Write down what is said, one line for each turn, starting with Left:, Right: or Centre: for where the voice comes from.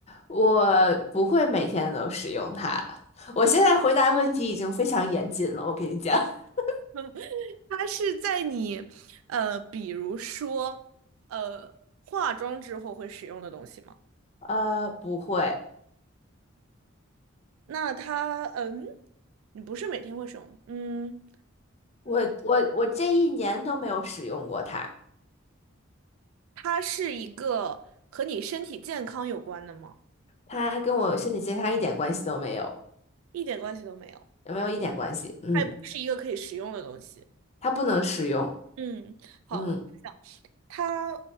Left: 我不会每天都使用它。<laughs> 我现在回答问题已经非常严谨了，我跟你讲。<laughs>
Right: 嗯 <laughs> 它是在你，呃，比如说，呃，化妆之后会使用的东西吗？
Left: 呃，不会，
Right: 那它，嗯，你不是每天会使用，嗯，
Left: 我我我这一年都没有使用过它，
Right: 它是一个和你身体健康有关的吗？
Left: 它跟我身体健康一点关系都没有，
Right: 一点关系都没有，
Left: 有没有一点关系？嗯，
Right: 它也不是一个可以食用的东西。
Left: 它不能使用，
Right: 嗯，好，
Left: 嗯，
Right: 我想想，它